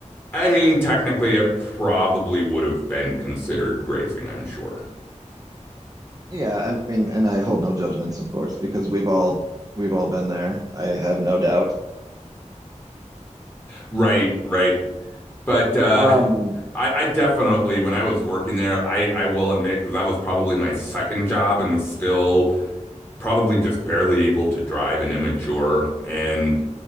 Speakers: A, on the left; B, on the right.
A: I mean, technically, it probably would have been considered grazing, I'm sure.
B: Yeah, I mean, and I hold no judgments, of course, because we've all we've all been there. I have no doubt.
A: Right, right. But uh,
B: Um,
A: I, I definitely, when I was working there, I, I will admit, because that was probably my second job and still probably just barely able to drive and immature. And,